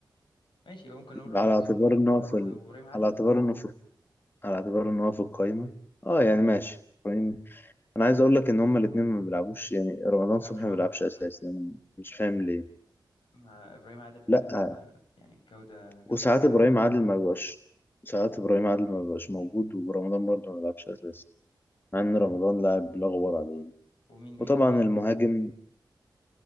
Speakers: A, on the left (about 85°); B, on the left (about 25°).
A: يبقى ممكن نقول رمضان
B: على اعتبار
A: صبحي و...
B: إن هو في ال...
A: وإبراهيم عادل
B: على
A: ما
B: اعتبار إنه في على اعتبار إن هو في القايمة أه يعني ماشي إبراهيم- أنا عايز أقول لك إن هما الاتنين ما بيلعبوش يعني رمضان
A: بيلعبوش
B: صبحي
A: مع
B: ما بيلعبش
A: بعض
B: أساسي أنا مش فاهم ليه
A: ما إبراهيم عادل
B: لأ
A: آه، يعني جودة جودة
B: وساعات إبراهيم
A: مرعبة
B: عادل ما بيبقاش ساعات إبراهيم عادل ما بيبقاش موجود ورمضان برضه ما بيلعبش أساسي مع إن رمضان لاعب لا غبار عليه
A: ومين مين
B: وطبعا
A: اللي هيلعب
B: المهاجم